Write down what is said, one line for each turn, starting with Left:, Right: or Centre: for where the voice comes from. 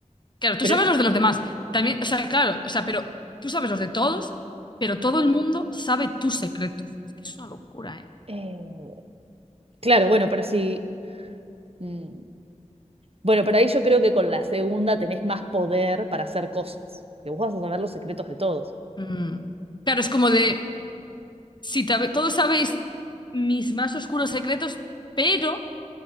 Left: Claro, tú
Right: Pero,
Left: sabes los de los demás. También, o sea, claro, o sea, pero tú sabes los de todos, pero todo el mundo sabe tus secretos. Es que es una locura, ¿eh?
Right: eh, claro, bueno, pero si. mm, Bueno, pero ahí yo creo que con la segunda tenés más poder para hacer cosas, porque vos vas a saber los secretos de todos.
Left: Mm. Claro, es como de. Si tabe- todos sabéis mis más oscuros secretos, pero,